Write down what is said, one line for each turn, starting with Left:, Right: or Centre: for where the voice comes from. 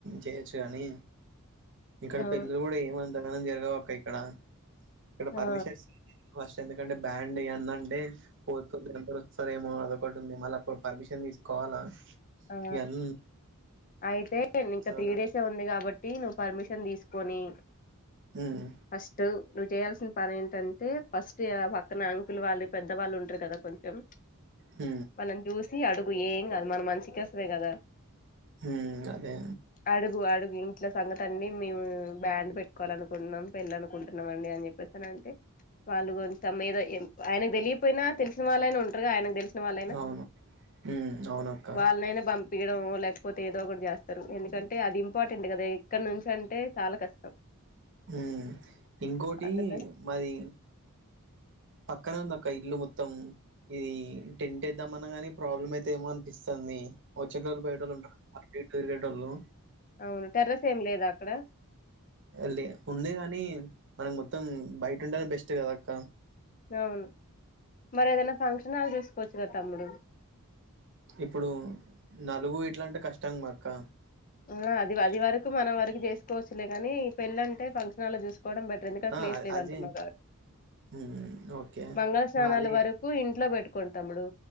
Right: చేయొచ్చు కాని ఇక్కడ
Left: అవును
Right: పెళ్ళిలు కూడా ఏమంతగాన జరగావు అక్క ఇక్కడ ఇక్కడ పర్మిషన్స్
Left: ఆ
Right: ఫస్ట్ ఎందుకంటే బ్యాండ్ యెయ్యండంటే పోతుంది సరేమో అదొకటి ఉంది మళ్ళీ అప్పుడు పర్మిషన్ తీసుకోవాలా
Left: ఆ
Right: ఇవన్నీ
Left: అయితే ఇంకా
Right: చదవగా
Left: త్రీ డేస్ సే ఉంది కాబట్టి నువ్వు పర్మిషన్ తీసుకొని
Right: మ్
Left: ఫస్ట్ నువ్వు చేయాల్సిన పని ఏంటంటే ఫస్ట్ పక్కన అంకులు వాళ్ళు పెద్దవాళ్ళు ఉంటారు కదా కొంచెం
Right: హ్మ్
Left: తనని చూసి అడుగు ఏం కాదు మన మంచికోసమే కదా
Right: హ్మ్ అదే
Left: అడుగు అడుగు ఇంట్లా సంగతి అండి మేము బ్యాండ్ పెట్టు కోవాలనుకుంటున్నాం పెళ్ళి అనుకుంటున్నాం అండి అని చెప్పేసానంటే వాళ్ళు కొంచెం ఏదో ఆయనకు తెలియపోయినా తెలిసిన వాళ్ళైనా ఉంటారుగా ఆయనకు తెలిసు సిన వాళ్ళైనా
Right: అవును ఉమ్, అవునక్క
Left: ఎవర్నైనా పంపియడం లేకపోతే ఏదో ఒకటి చేస్తారు ఎందుకంటే అది ఇంపార్టెంట్ కదా ఇక్కడ నుంచి అంటే చాలా కష్టం
Right: హ్మ్ ఇంకోటి
Left: అందుకని
Right: మరి పక్కన ఉందక్క ఇల్లు మొత్తం ఇ టెంట్ ఏద్దామన్నా గాని ప్రాబ్లమ్ అయితఏమో అనిపిస్తుంది వచ్చేటోళ్ళు పొయ్యేటోళ్ళు ఉంటరు అటు ఇటు తిరిగెటోళ్ళు
Left: అవును టెర్రస్ ఏమి లేదా అక్కడ
Right: లే ఉన్నయ్ గాని మనకు మొత్తం బయట ఉంటేనే బెస్ట్ కద అక్క
Left: అవును మరేదన్నా ఫంక్షన్ హాల్ తీసుకోవచ్చు కదా తమ్ముడు
Right: ఇప్పుడు నలుగు ఇట్లంటే కష్టమక్క
Left: ఆ అది అది వరకు మనం వరకు చేసుకోవచ్చులే కాని పెళ్ళంటే ఫంక్షన్ హాల్ లో చేసుకోవడం బెటర్ ఎందుకు
Right: ఆ
Left: ప్లేస్ లేదు
Right: అది
Left: అంటున్నావ్ కాబట్టి
Right: హ్మ్ ఓకే
Left: మంగళ స్నానాల
Right: ఆ అది
Left: వరకు ఇంట్లో పెట్టుకోండి తమ్ముడు